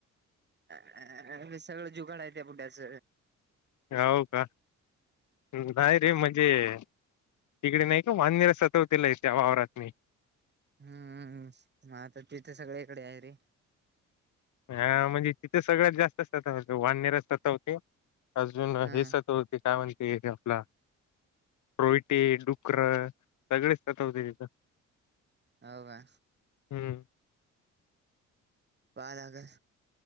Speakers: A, on the right; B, on the left.
A: अ मी सगळं जुगाड आहे. त्या बुढ्याच
B: हो का.... नाही रे म्हणजे म्हणजे..... तिकडे नाही का? वानर सतवतेल त्या वावरातनी
A: हंम मता तिथे सगळीकडे आहे रे
B: हा म्हणजे तिथे सगळ्यात जास्त असतात वानर असतात. सतवते अजून
A: हा
B: हे सतवते होते काय म्हणते. ते आपला रोयटे डुक्करं सगळेच सतवते.... तिथ
A: हो का
B: हं
A: पाय लागल